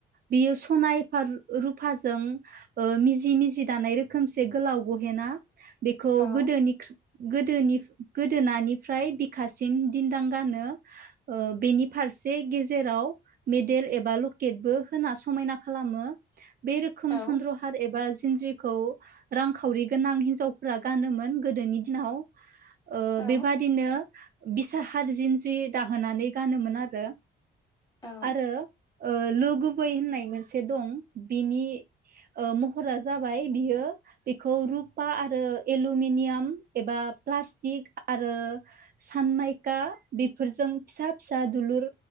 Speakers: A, on the right; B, on the left.
A: बियो सनायफा रु रुफाजों ओ मिजि मिजि दानाय रोखोमसे गोलाव गहेना बेख गोदोनि
B: औ
A: ख्रु गोदोनि गोदोनानिफ्राय बिखासिम दिदां गानो ओ बेनि फारसे गेजेराव मेडेल एबा लकेटबो होना समायना खालामो बे रोखोम
B: औ
A: सन्द्रहार एबा जिनज्रिखौ रांखावरि गोनां हिनजावफोरा गानोमोन। गोदोनि दिनाव ओ
B: औ
A: बेबादिनो बिसा हार जिनज्रि दाहोनानै गानोमोन आरो।
B: औ
A: आरो ओ लो गुबै होननाय मोनसे दं बिनि ओ महरा जाबाय बियो बेखौ रुपा आरो एलु मिनियाम एबा प्लास्टिक आरो सानमायका बेफोरजों फिसा फिसा दुलुर